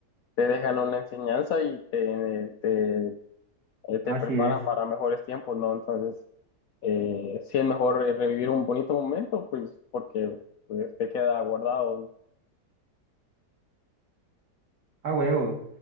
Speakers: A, on the left (about 70°); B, on the right (about 65°).
A: te dejan una enseñanza y te, te, eh,
B: Así
A: te preparan
B: es,
A: para mejores tiempos, ¿no? Entonces, eh, sí es mejor eh, revivir un bonito momento, pues porque pues, te queda guardado,
B: a huevo.